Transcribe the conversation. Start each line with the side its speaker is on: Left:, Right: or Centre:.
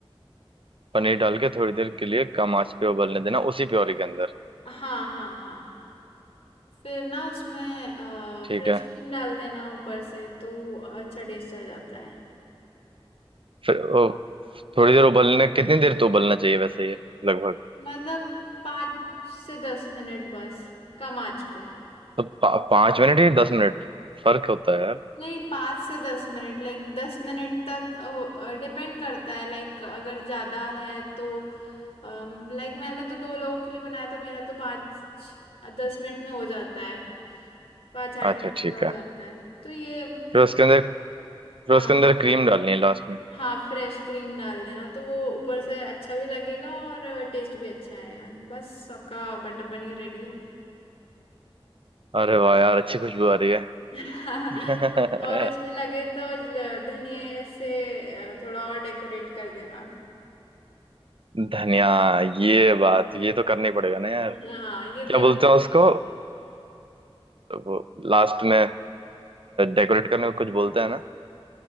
Right: पनीर डाल के थोड़ी देर के लिए कम आंच पे उबलने देना उसी प्योरी के अंदर
Left: हाँ हाँ हाँ फिर ना उसमें
Right: ठीक
Left: फ्रेश
Right: है
Left: क्रीम डाल देना ऊपर से तो वो अच्छा टेस्ट आ जाता है
Right: फिर ओ, थोड़ी देर उबलने कितनी देर तो उबलना चाहिए वैसे ये लगभग
Left: मतलब पाँच से दस मिनट बस कम आंच पे
Right: तो पा, पाँच मिनट या दस मिनट फर्क होता है यार
Left: नहीं पाँच से दस मिनट लाइक दस मिनट तक डिपेंड करता है लाइक अगर ज़्यादा है तो लाइक मैंने तो दो लोगों के लिए बनाया तो मेरा तो पाँच दस मिनट में हो जाता है पाँच आठ
Right: अच्छा
Left: मिनट
Right: ठीक
Left: में हो
Right: है
Left: जाता है तो ये
Right: फिर उसके अंदर फिर
Left: हाँ
Right: उसके अंदर क्रीम डालनी है लास्ट में
Left: हाँ फ्रेश क्रीम डाल देना तो वो ऊपर से अच्छा भी लगेगा और टेस्ट भी अच्छा आएगा बस आपका बटर पनीर रेडी है
Right: अरे वाह यार अच्छी खुशबू आ रही
Left: <laughs>
Right: है
Left: और इसमें
Right: <laughs>
Left: लगे तो ल- धनिए से अ, थोड़ा और डेकोरेट कर देना
Right: धनिया ये बात ये तो करना ही पड़ेगा ना यार
Left: हाँ ये
Right: क्या
Left: तो
Right: बोलते हैं उसको ओ, लास्ट में डेकोरेट करने को कुछ बोलते हैं ना